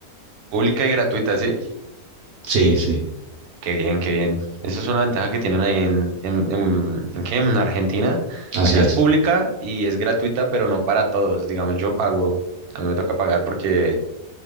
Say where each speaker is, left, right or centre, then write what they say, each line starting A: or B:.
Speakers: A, on the right; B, on the right.
A: Pública y gratuita, ¿sí?
B: Sí, sí,
A: Qué bien, qué bien. Eso es una ventaja que tienen ahí en... ¿En, en, ¿en qué? En Argentina.
B: así
A: Acá
B: es.
A: es pública y es gratuita, pero no para todos. Digamos, yo pago, a mí me toca pagar porque,